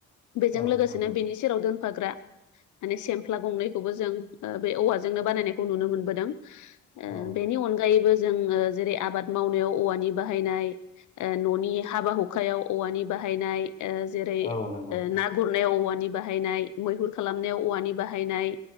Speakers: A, on the left (about 75°); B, on the left (about 25°).
A: बेजों
B: औ
A: लोगोसेनो
B: नंगौ
A: बेनि सेराव दोनफाग्रा माने सेमफ्ला गंनैखौबो जों ओ बे औवाजोंनो बानायनायखौ नुनो मोन बोदों ओ
B: औ
A: बेनि अनगायैबो जों ओ जेरै आबाद मावनायाव औवानि बाहायनाय ओ ननि हाबा हुखायाव औवानि बाहायनाय ओ जेरै
B: औ नंगौ
A: ना गुरनायाव औवानि बाहायनाय मैहुर खालामनायाव औवानि बाहायनाय